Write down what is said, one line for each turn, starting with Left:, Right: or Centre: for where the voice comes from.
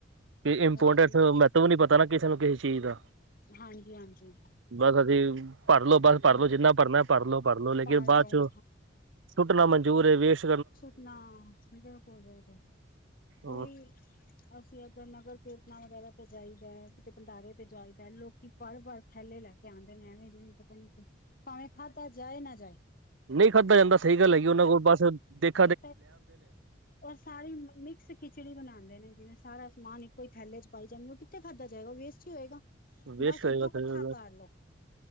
Right: ਤੇ ਇੰਪੋਰਟੈਂਸ
Left: ਹਰ ਚੀਜ਼
Right: ਮੈ ਤੋਂ ਵੀ ਨੀ ਪਤਾ ਨਾ ਕਿਸ ਕਿਸ -ਕਿਸ ਚੀਜ਼ ਦਾ
Left: ਹਾਂਜੀ-ਹਾਂਜੀ
Right: ਬਸ ਅਸੀਂ ਭਰ ਲਓ ਬਸ ਭਰ ਲਓ
Left: ਹੂੰ
Right: ਜਿੰਨਾ ਭਰਨਾ ਭਰ ਲ ਲੋ ਭਰ ਲ ਲੋ ਲੇਕਿਨ
Left: ਪਾਲ
Right: ਬਾਅਦ
Left: ਲਓ
Right: ਚੋਂ ਸੁੁੱਟਣਾ ਮੰਜ ਜੂਰੇ ਵੇਸ਼
Left: ਸੁਪਨਾ ਬਿਲਕੁਲ- ਬਿਲਕੁਲ
Right: ਹਾਂ,
Left: ਹੋਈ ਅਸੀਂ ਇਧਰ ਨਗਰ ਪੇਤਾਂ ਵਗੈਰਾ ਤੇ ਜਾਈਦਾ ਕਿਤੇ ਭੰਡਾਰੇ ਤੇ ਜਾਈਦਾ ਲੋਕੀ ਭਰ ਭਰ ਥੈਲੇ ਲੈ ਕੇ ਆਂਦੇ ਨੇ ਐਵੇਂ ਜਿਵੇਂ ਪਤਾ ਨੀ ਭਾਵੇਂ ਖਾਧਾ ਜਾਏ ਨਾ ਜਾਏ।
Right: ਨਹੀਂ ਖਾਧਾ ਜਾਂਦਾ ਸਹੀ ਗੱਲ ਹੈਗੀ, ਉਹਨਾਂ ਕੋਲ ਬਸ ਦੇਖ
Left: ਕਿ ਰ ਸਾਰੀ ਮਿਕਸ ਖਿਚੜੀ ਬਣਾਂਦੇ ਨੇ। ਜਿਵੇਂ ਸਾਰਾ ਸਮਾਨ ਇੱਕੋ ਹੀ ਥੈਲੇ ਚ ਪਾਈ ਜਾਂਦੀ, ਉਹ ਕਿੱਥੇ ਖਾਧਾ ਜਾਏਗਾ ਵੇਸਟ ਹੀ ਹੋਏਗਾ।
Right: ਵੇਸਟ
Left: ਬਸ ਉੱਥੋਂ ਇਕੱਠਾ
Right: ਕਰੇਗਾ
Left: ਕਰ ਲਓ